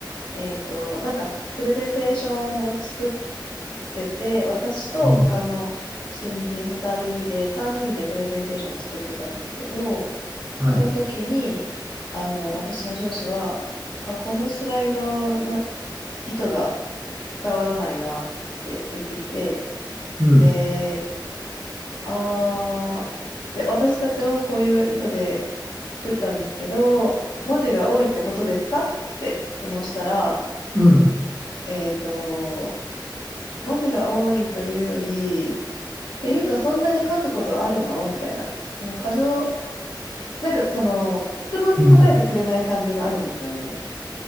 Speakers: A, on the left; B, on the right.
A: えっと、なんか、プレゼンテーションを作ってて、私と他の新人2人で、
B: うん
A: 3人でプレゼンテーションを作ってたんですけど、
B: はい。
A: その時に、あの、私の上司は、あ、このスライドの意図が伝わらないなって言ってきて、
B: うん。
A: で、あー、で、私たちはこういう意図で、作ったんですけど、文字が多いってことですかって質問したら、
B: うん。
A: えっと、文字が多いというより、っていうかそんなに書くことあるのみたいな。その過剰、なんかその、質問に答えてくれない感じがあるんですよね。
B: うん。